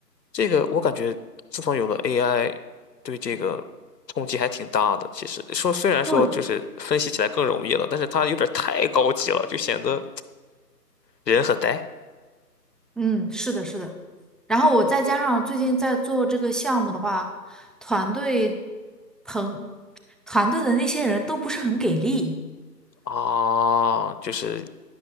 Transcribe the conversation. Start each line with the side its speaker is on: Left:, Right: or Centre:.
Left: 这个我感觉，自从有了 AI，对这个冲击还挺大的。其实说虽然说就是分析起来更容易了，
Centre: 对，
Left: 但是它有点太高级了，就显得人很呆
Centre: 嗯，是的，是的。然后我再加上最近在做这个项目的话，团队朋团队的那些人都不是很给力，
Left: 啊。就是